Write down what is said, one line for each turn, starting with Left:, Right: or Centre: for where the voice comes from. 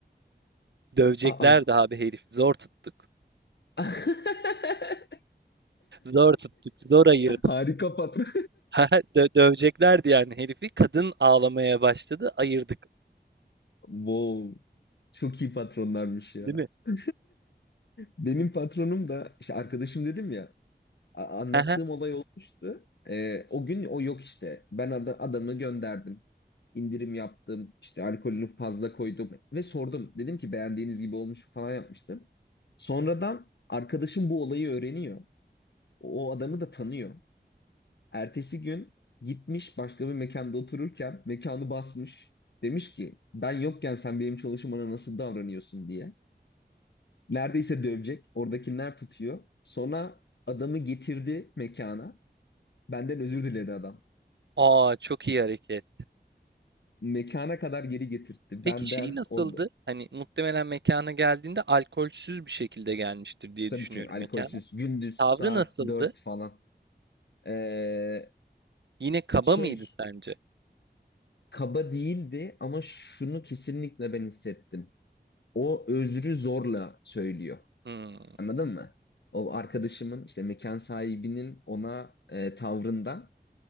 Right: Dövecekler
Left: Aa.
Right: de abi herifi. Zor tuttuk.
Left: <laughs>
Right: Zor tuttuk. Zor ayırdık.
Left: Harika patron.
Right: <laughs> Ha dö döveceklerdi yani herifi. Kadın ağlamaya başladı. Ayırdık.
Left: Wow. Çok iyi patronlarmış ya.
Right: Değil mi?
Left: <laughs> Benim patronum da işte arkadaşım dedim ya a- anlattığım
Right: <laughs>
Left: olay olmuştu. Ee, o gün o yok işte. Ben ada- adamı gönderdim. indirim yaptım. İşte alkolünü fazla koydum ve sordum. Dedim ki beğendiğiniz gibi olmuş falan yapmıştım. Sonradan arkadaşım bu olayı öğreniyor. O o adamı da tanıyor. Ertesi gün gitmiş başka bir mekanda otururken mekanı basmış. Demiş ki ben yokken sen benim çalışmana nasıl davranıyorsun diye. Neredeyse dövecek. Oradakiler tutuyor. Sonra adamı getirdi mekana. Benden özür diledi adam.
Right: Aa çok iyi hareket.
Left: Mekana kadar geri getirtti.
Right: Peki
Left: Benden
Right: şey nasıldı?
Left: or
Right: Hani muhtemelen mekana geldiğinde alkolsüz bir şekilde gelmiştir diye
Left: Tabii
Right: düşünüyorum
Left: ki alkolsüz.
Right: mekana.
Left: Gündüz
Right: Tavrı
Left: saat
Right: nasıldı?
Left: 4 falan. Ee,
Right: Yine kaba
Left: şey
Right: mıydı sence?
Left: kaba değildi ama şunu kesinlikle ben hissettim. O özrü zorla söylüyor.
Right: Hmm,
Left: Anladın mı? O arkadaşımın işte mekan sahibinin ona e, tavrından